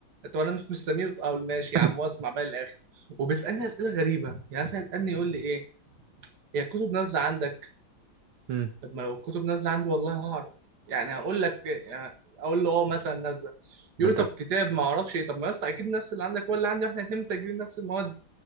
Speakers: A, on the right (about 55°); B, on the right (about 80°).
A: طب انا مش مش سمير اه ماشي
B: <laughs>
A: يا عم واسمع بقى الاخر وبيسالني اسئله غريبه يعني مثلا يسالني يقول لي ايه هي الكتب نازله عندك
B: امم
A: طب ما لو الكتب نازله عندي والله هعرف يعني هقول لك يعني اقول له اه مثلا نازله يقول
B: انت
A: لي طب كتاب ما اعرفش ايه طب ما يا اسطى اكيد نفس اللي عندك ولا عندي واحنا الاثنين مسجلين نفس المواد